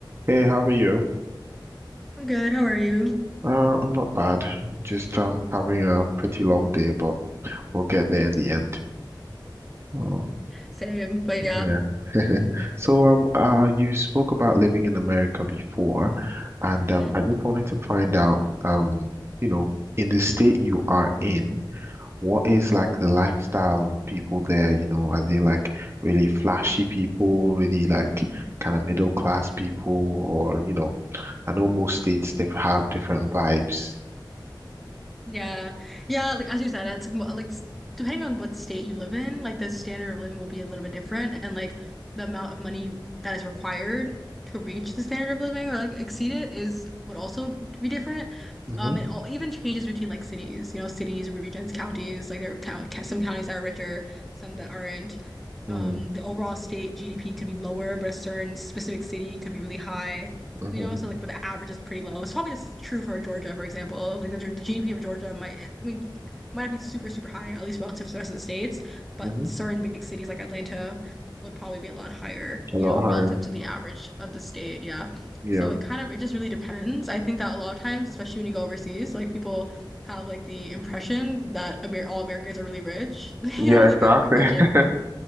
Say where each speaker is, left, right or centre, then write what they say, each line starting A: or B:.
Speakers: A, on the right; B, in the centre.
A: Hey, how are you?
B: I'm good. How are you?
A: Uh, I'm not bad. Just um having a pretty long day, but we'll get there in the end. Oh,
B: Same. But yeah.
A: yeah. <laughs> So um uh you spoke about living in America before, and
B: hmm
A: um I just wanted to find out um you know in the state you are in, what is like the lifestyle of people there? You know, are they like really flashy people, really like kind of middle class people, or you know, I know most states they have different vibes.
B: Yeah. Yeah, like as you said, it's like mo- like s- depending on what state you live in, like the standard of living will be a little bit different and like the amount of money you, that is required to reach the standard of living or like exceed it is would also be different.
A: Mhm.
B: Um, it all even changes between like cities, you know, cities, regions, counties. Like there are count some counties that are richer, some that aren't.
A: Mm,
B: Um, the overall state GDP could be lower, but a certain specific city could be really high.
A: mhm.
B: you know, so like with the average is pretty low. It's probably just true for Georgia, for example. Like the, the GDP of Georgia might, I mean, might not be super, super high, at least relative to the rest of the states, but
A: Mhm.
B: certain big cities like Atlanta would probably be a lot higher,
A: A
B: you
A: lot
B: know, relative
A: higher.
B: to the average of the state. Yeah.
A: Yeah.
B: So it kind of, it just really depends. I think that a lot of times, especially when you go overseas, like people have like the impression that Amer all Americans are really rich, <laughs> you
A: Yeah,
B: know, like
A: exactly.
B: that impression.
A: <laughs>